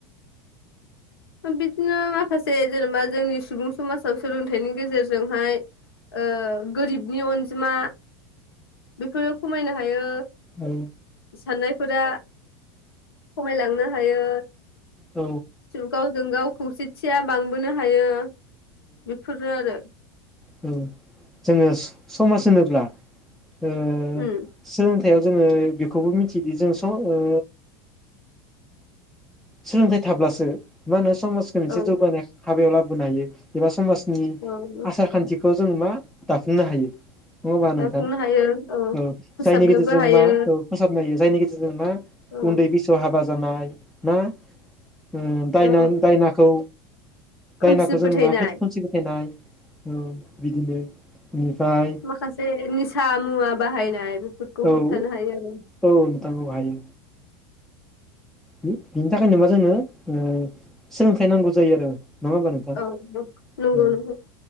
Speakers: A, on the left (about 70°); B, in the centre.
A: बिदिनो माखासे जेनेबा जोंनि सुबुं समाजाव सोलोंथाइनि गेजेरजोंहाय ओ गोरिबनि अनजिमा बेफोरो खमायनो हायो।
B: औ
A: थानायफोरा खमायलांनो हायो।
B: औ
A: गावजों गाव खौसेथिया बांबोनो हायो। बेफोरनो आरो
B: <unintelligible> जोङो समाज होनोब्ला <unintelligible>
A: उम
B: थायाव जोङो बेखौबो मिथिदि जों स ओ सोलोंथाइ थाब्लासो मा होनो समाजखौ मोनसे
A: औ
B: जौगानाय हाबायाव लाबोनो हायो एबा समाज उ
A: औ
B: आसार खान्थि बेखौ जों मा दाफुंनो हायो नङा होम्बा
A: दाफुंनो
B: नोंथां
A: हायो
B: औ
A: फोसाबनोबो
B: जायनि गेजेरजों
A: हायो
B: मा औ फोसाबनो हायो जायनि गेजेरजों मा
A: औ
B: उन्दै बैसोआव हाबा बा जानाय ना उ दायना-दायनाखौ
A: औ खोमसि
B: दायनाखौ जोङो
A: फोथायनाय
B: <unintelligible> खोमसि फोथायनाय औ बिदिनो बेनिफ्राय
A: माखासे निसा मुवा बाहायनाय बेफोरखौ
B: औ औ
A: होबथानो हायो आरो
B: नोंथां औ हायो बि-बिनि थाखायनो मा जोंङो ओ सोलोंथाइ नांगौ जायो आरो। नङा होमबा नोंथां
A: औ नंगौ
B: औ
A: नंगौ।